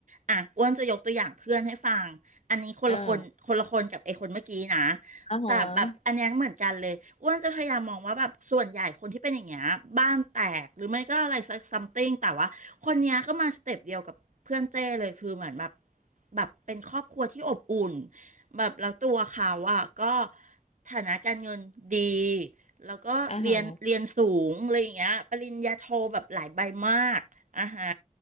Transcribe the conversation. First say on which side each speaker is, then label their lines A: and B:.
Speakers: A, on the right; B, on the left.
A: อ่ะอ้วนจะยกตัวอย่างเพื่อนให้ฟังอันนี้คนละคนคนละคนกับไอ้คนเมื่อกี้นะ
B: อ่าอ่าฮะ
A: แต่แบบอันเนี้ยเหมือนกันเลยอ้วนจะพยายามมองว่าแบบส่วนใหญ่คนที่เป็นอย่างเงี้ยบ้านแตกหรือไม่ก็อะไรสักซัมติงแต่ว่าคนเนี้ยก็มาสเต็ปเดียวกับเพื่อนเจ้เลยคือเหมือนแบบแบบเป็นครอบครัวที่อบอุ่นแบบแล้วตัวเขาอ่ะก็ฐานะการเงินดี แล้วก็เรียนเรียนสูงอะไรอย่างเงี้ยปริญญาโทแบบหลายใบมากอ่าฮะ
B: อ่าฮะ